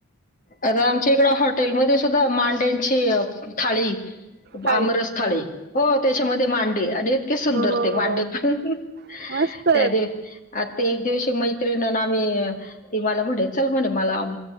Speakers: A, on the left (about 35°); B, on the right (about 45°).
A: आता आमच्या इकड हॉटेलमध्ये सुद्धा मांड्यांची थाळी.
B: थाळी
A: आमरस थाळी हो त्याच्यामध्ये मांडे आणि इतके सुंदर
B: हो हो
A: ते मांडे.
B: हो
A: त्या
B: मस्तच.
A: दिव आताता एक दिवशी मैत्रीण आम्ही. ती मला म्हणे चल म्हणे मला